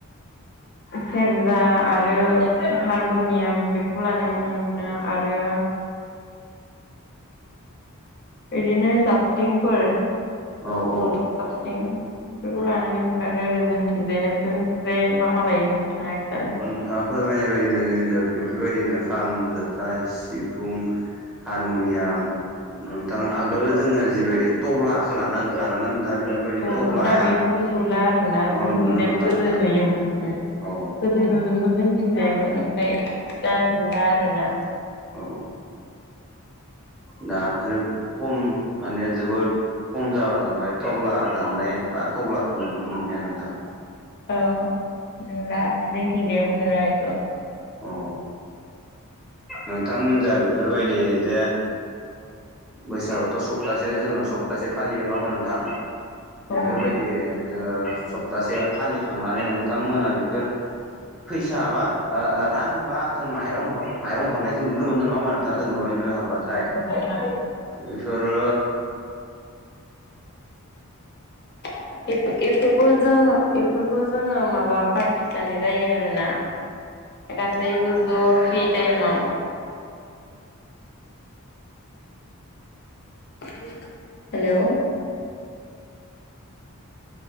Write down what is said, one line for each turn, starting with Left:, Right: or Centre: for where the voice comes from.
Left: सेरजा आरो हारमनियाम बे फखौ लानाय
Centre: औ
Left: नुनो मोनो आरो बिदिनो जाबस्रिंफोर जथा
Centre: औ औ
Left: साबस्रिं बेफोरखौ
Centre: औ
Left: लानानै आरो आरो जोंथिंजाय नोंसोर जे मा मा लायो नोंथाङा खिथा
Centre: नोंथाङा फोरमायनाय बायदिनो जोंनि बेफोरबायदिनो खाम, जथा, सिफुं, हारमुनियाम नोंथां आगोल जोङो जिबायदि टब्लाखौ लाना ओंखारोमोन दा बेफोरबायदि
Left: अ
Centre: टब्लाया
Left: दा बेफोरखौ नुला आरोना
Centre: अ
Left: जोंथिंजायबो
Centre: नुनो मोनला
Left: गोदो
Centre: नोंथां
Left: नुयोमोन
Centre: औ
Left: गोदो नुदोंमोन जोंथिंजायबो ओमफ्राय
Centre: औ
Left: दा नुला आरो ना।
Centre: औ दा <unintelligible> खम माने जोबोद खम जाबोलांबाय टब्ला दामनाय बा टब्लाखौ नुनो मोनलिया नोंथां।
Left: औ नुला जोंथिंजायबो नुला बेखौ
Centre: औ नोंथांमोनजा बेफोरबायदि जे बैसागुआथ' सप्तासे जोङो सप्तासे फालियो नङा होमबा नोंथां?
Left: औ
Centre: बेफोरबायदि जोङो सप्तासे फालिखांनानै नोंथांमोना बेफोर फैसा बा रां बा जों माइरं हर माइरं हरनायखौ नुनो मोनो नङा होमबा नोंथां जों न'यै न'यै हाबबाथाय
Left: नोंथां
Centre: बेफोरो
Left: <inaudible> एफोरखौ जों बेफोरखौ जोङो माबा पार्टि जानाय जायो आरोना गासैबो ज' फ्रि टाइमआव <unintelligible> हेलौ